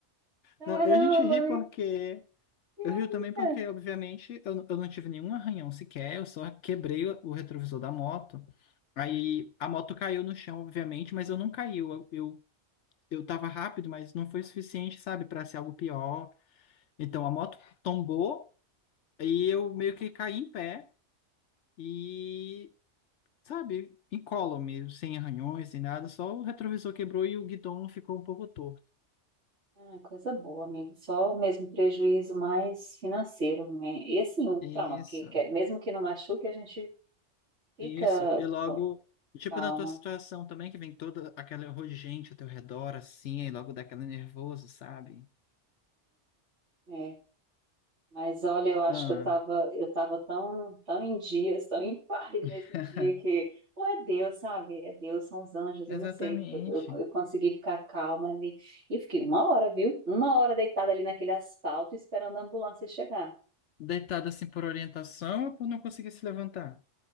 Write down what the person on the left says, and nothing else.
Não, a gente ri
porque.
Eu rio também porque, obviamente, eu, n- eu não tive nenhum arranhão sequer, eu só quebrei o o retrovisor da moto. Aí a moto caiu no chão, obviamente, mas eu não caiu Eu, eu, eu tava rápido, mas não foi suficiente, sabe, para ser algo pior. Então a moto tombou e eu meio que caí em pé e, sabe, incólume, sem arranhões, sem nada, só o retrovisor quebrou e o guidão ficou um pouco torto.
Isso.
Isso, e logo,
tipo
na tua situação também, que vem toda aquela horror de gente ao teu redor, assim, e logo dá aquele nervoso, sabe?
Ah,
<laughs>
exatamente.
Deitado assim por orientação ou por não conseguir se levantar?